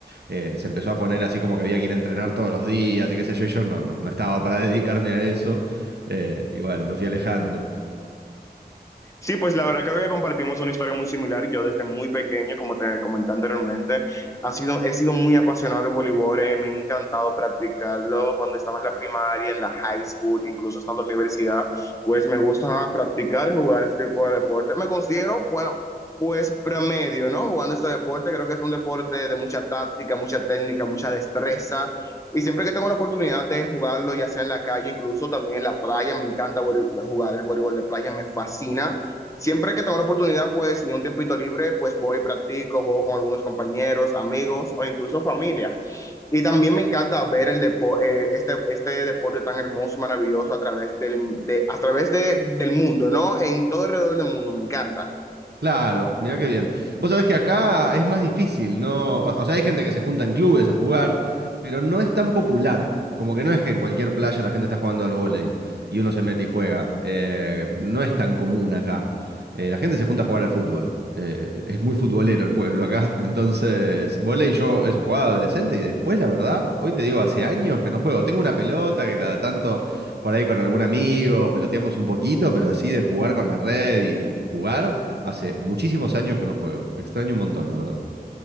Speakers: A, on the right; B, on the left.
A: eh, se empezó a poner así como que había que ir a entrenar todos los días y qué sé yo, y yo no, no, no estaba para <laughs> dedicarme a eso. Eh, y bueno, me fui alejando.
B: Sí, pues la verdad creo que compartimos una historia muy similar. Yo desde muy pequeño, como te comenté anteriormente, ha sido, he sido muy apasionado del voleibol, eh, me ha encantado practicarlo cuando estaba en la primaria, en la high school, incluso estando en la universidad, pues me gusta practicar y jugar este tipo de deporte. Me considero, bueno, pues promedio, ¿no? Jugando este deporte, creo que es un deporte de mucha táctica, mucha técnica, mucha destreza. Y siempre que tengo la oportunidad de jugarlo, ya sea en la calle, incluso también en la playa, me encanta vole- jugar el voleibol de playa, me fascina. Siempre que tengo la oportunidad, pues, y un tiempito libre, pues voy, practico, juego con algunos compañeros, amigos o incluso familia. Y también me encanta ver el depo- eh, este, este deporte tan hermoso y maravilloso a través del, de, a través de- del mundo, ¿no? En todo alrededor del mundo, me encanta.
A: Claro, mirá qué bien. Vos sabés que acá es más difícil, ¿no? O o sea, hay gente que se junta en clubes a jugar, pero no es tan popular. Como que no es que en cualquier playa la gente está jugando al vóley y uno se mete y juega. Eh, no es tan común acá. Eh, la gente se junta a jugar al fútbol. Eh, es muy futbolero el pueblo acá. <laughs> Entonces, vóley yo eso jugaba adolescente y después, la verdad, hoy te digo, hace años que no juego. Tengo una pelota que cada tanto por ahí con algún amigo peloteamos un poquito, pero así de jugar con la red y y jugar. Hace muchísimos años que no juego. Extraño un montón, la verdad.